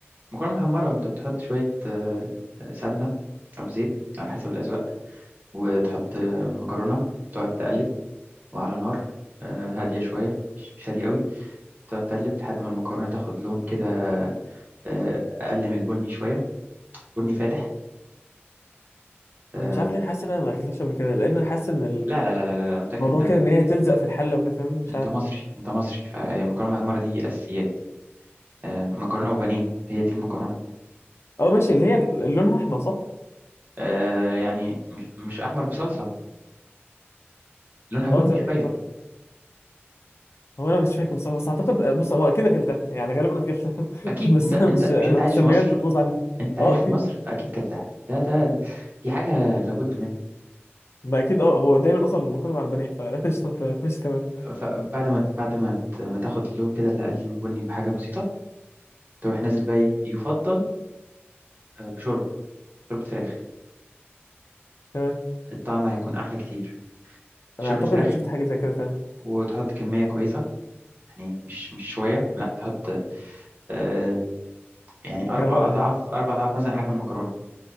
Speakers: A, on the right (about 45°); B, on the left (about 80°).
A: مكرونه محمره وانت بتحط شويه آه، سمنه او زيت على حسب الاذواق وتحط آه، مكرونه تقعد تقلب وعلى نار آه، هادية شوية مش مش هادية قوي تقعد تقلب لحد ما المكرونة تاخد لون كده آه، أقل من البني شوية بني فاتح آه،
B: انا مش عارف ليه حاسس ان انا ما اكلتهاش قبل كده لان انا حاسس ان
A: لا لا لا لا لا لا، أنا متأكد
B: الموضوع
A: ده
B: كده ان هي تلزق في الحله وكده فاهمني مش
A: أنت
B: عارف
A: مصري أنت مصري فهي المكرونة محمرة دي أساسيات آه، مكرونة وبانيه هي دي المكرونة
B: اه ماشي اللي هي اللي لونها احمر صح
A: آه، يعني مش مش أحمر بصلصة لونها بني
B: اه تمام
A: شوية
B: ايه خلاص. هو انا مش فاكر بصراحه بس اعتقد بص هو اكيد اكلتها يعني غالبا اكلتها <laughs>
A: أكيد
B: بس
A: أنت أنت
B: انا مش انا
A: مش أنت
B: المسميات
A: عايش في مصر
B: بتبوظ عندي
A: أنت عايش
B: اه اكيد
A: في مصر فأكيد كلتها ده ده ده دي حاجة لابد منه
B: ما اكيد اه هو دايما اصلا بكون مع البنات فقشطه انت ماشي تمام
A: فبعد ما بعد ما ت- ما تاخد اللون كده اللي أقل من بني بحاجة بسيطة تروح نازل بقى ايه يفضل آه، بشوربه شوربه فراخ
B: تمام
A: الطعم هيكون احلى كتير شوربه
B: انا اعتقد
A: فراخ
B: انا شفت حاجه زي كده فاهم
A: وتحط كميه كويسه يعني مش مش شويه لا تحط آه يعني
B: غرقها
A: اربع اضعاف
B: يعني.
A: اربع اضعاف مثلا حجم المكرونه